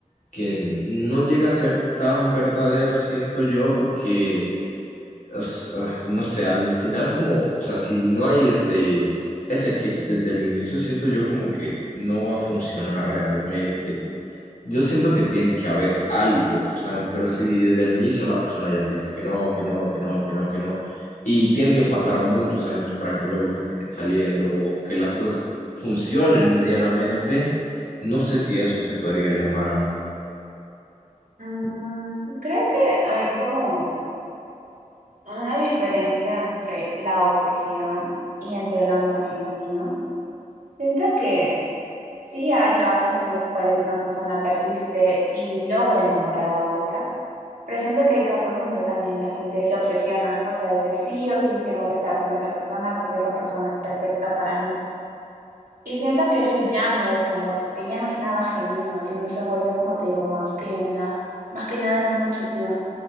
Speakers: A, on the left (about 85°); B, on the right (about 80°).
A: que no llega a ser tan verdadero, siento yo, porque es, ah, no sé, al final como, o sea, si no hay ese, ese clic desde el inicio, siento yo como que no va a funcionar realmente. Yo siento que tiene que haber algo, o sea, pero si desde el inicio la persona ya te dice que no, que no, que no, que no, que no, y tienen que pasar muchos años para que luego terminen saliendo o que las cosas funcionen medianamente, no sé si eso se podría llamar amor.
B: Mm, creo que hay como una diferencia entre la obsesión y entre el amor genuino. Siento que sí hay casos en los cuales una persona persiste y logra enamorar a otra, pero siento que hay casos donde también la gente se obsesiona, o sea, dice sí o sí tengo que estar con esa persona porque esa persona es perfecta para mí. Y siento que eso ya no es amor, porque ya no es nada genuino, sino se vuelve, como te digo, más que una, más que nada en una obsesión